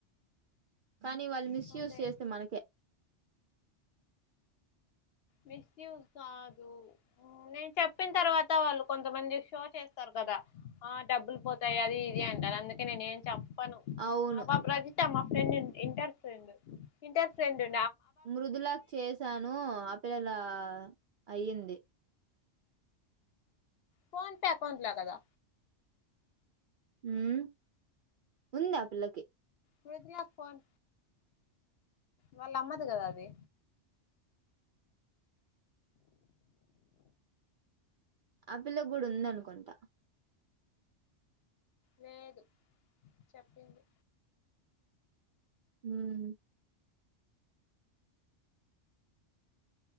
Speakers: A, on the right (about 60°); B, on the left (about 60°).
A: కానీ వాల్ మిస్ యూస్
B: అదే
A: చేస్తే మనకే
B: మిస్యూస్ కాదు నేను చెప్పిన తర్వాత వాళ్ళు కొంతమంది షో చేస్తారు కదా ఆ డబ్బులు పోతాయి అది ఇది అంటారు అందుకే నేనే ఏం చెప్ చెప్పను
A: అవును
B: <inaudible> మా friend inter friend inter friend డి
A: మృదులకి చేసాను ఆ పిల్ల లా అయ్యింది.
B: ఫోన్ పే అకౌంట్ల కదా
A: హ్ ఉందాఆ పిల్లకి
B: మృదుల ఫోన్ వాళ్ళ అమ్మది కదా అది
A: ఆ పిల్లకి గుడా ఉందనుకుంటా
B: లేదు చెప్పింది.
A: హ్ మ్